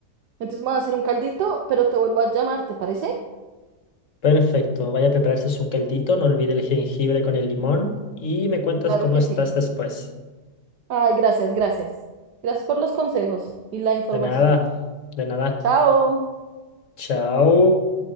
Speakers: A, on the right; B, on the left.
A: Entonces me voy a hacer un caldito, pero te vuelvo a llamar, ¿te parece?
B: Perfecto, vaya a prepararse su caldito, no olvide el jengibre con el limón y me cuentas
A: Claro
B: cómo
A: que
B: estás
A: sí.
B: después.
A: Ay, gracias, gracias. Gracias por los consejos y la información.
B: De nada, de nada.
A: Chao.
B: Chao.